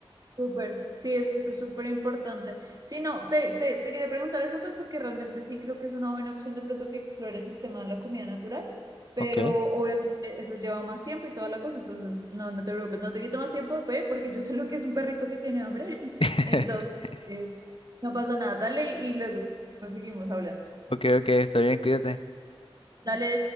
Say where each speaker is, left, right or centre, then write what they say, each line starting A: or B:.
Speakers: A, on the right; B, on the left.
A: Súper, sí, eso es súper importante. Sí, no, te, te, te quería preguntar eso, pues porque realmente sí creo que es una buena opción de pronto que explores el tema de la comida natural, pero
B: Ok,
A: obviamente eso lleva más tiempo y toda la cosa, entonces no, no te preocupes, no te quito más tiempo, ve, porque yo sé lo que es un perrito que tiene hambre, <laughs>
B: <laughs>
A: entonces no pasa nada, dale y luego seguimos hablando.
B: ok, ok, está bien, cuídate.
A: Dale.